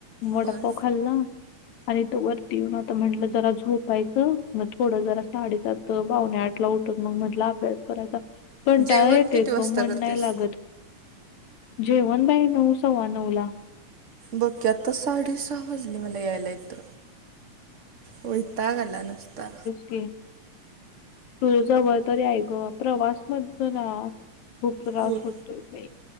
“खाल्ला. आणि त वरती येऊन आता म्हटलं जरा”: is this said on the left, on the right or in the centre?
Left